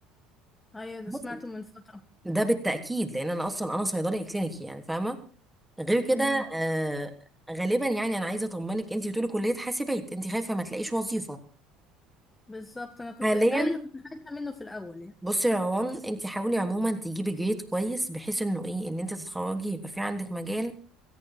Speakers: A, on the left; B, in the centre.
A: ايوه ده
B: بصي،
A: سمعته من فترة
B: ده بالتاكيد لان انا اصلا انا صيدلي كلينيكي يعني فاهمه غير كده
A: امم
B: آه غالبا يعني انا عايزه اطمنك انت بتقولي كليه حاسبات انت خايفه ما تلاقيش وظيفه
A: بالظبط انا كنت
B: حاليا
A: ده اللي كنت خايفة منه في الاول يعني
B: بصي يا روان انت حاولي عموما تجيبي جريد كويس بحيث انه ايه ان انت تتخرجي يبقى في عندك مجال